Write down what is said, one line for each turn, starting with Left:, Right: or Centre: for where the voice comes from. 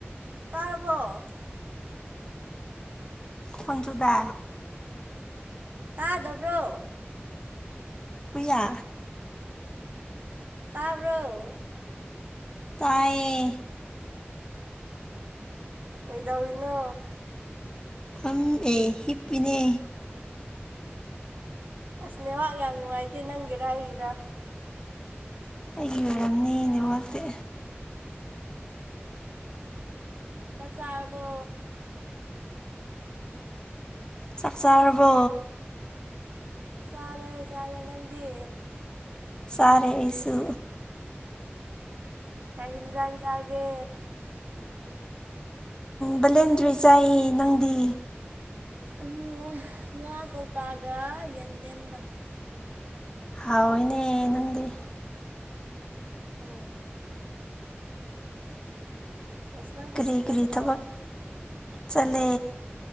Right: ꯇꯥꯔꯕꯣ
Left: ꯈꯟꯖꯨꯗ
Right: ꯇꯥꯗꯕ꯭ꯔꯣ
Left: ꯃꯌꯥ
Right: ꯇꯥꯔꯕꯔꯣ
Left: ꯇꯌꯦ
Right: ꯀꯗꯅ
Left: ꯐꯝ ꯑꯦ ꯍꯤꯞꯄꯤꯅꯦ
Right: ꯑꯁ ꯅꯦꯍꯥꯛ ꯌꯥꯝ ꯅꯨꯡꯉꯥꯏꯇꯦ ꯅꯪꯒꯤꯔ ꯑꯩꯒꯤꯔꯥ
Left: ꯑꯩꯒꯤ ꯑꯣꯏꯔꯝꯅꯦꯅꯦꯕꯛꯇꯤ
Right: ꯆ ꯆꯕꯣ
Left: ꯆꯥꯛ ꯆꯥꯔꯕꯣ
Right: ꯁꯥꯔꯦ ꯆꯔꯦ ꯅꯪꯗꯤ
Left: ꯁꯥꯔꯦ ꯑꯁꯨ
Right: ꯀ ꯍꯤꯟꯖ ꯏꯟꯁꯒꯦ
Left: ꯕꯂꯦꯟꯗ꯭ꯔꯤ ꯆꯥꯏ ꯅꯪꯗꯤ
Right: ꯎꯝ ꯉꯥ ꯀꯧꯕꯒ ꯌꯦꯟꯗꯦꯝꯒ
Left: ꯍꯥꯎ ꯏꯅꯦ ꯅꯪꯗꯤ
Right: ꯎ ꯑꯁ ꯅꯪ ꯀꯣꯆꯤꯡ
Left: ꯀꯔꯤ
Right: ꯆꯠꯇ꯭ꯔꯣ
Left: ꯀꯔꯤ ꯊꯕꯛ ꯆꯠꯂꯦ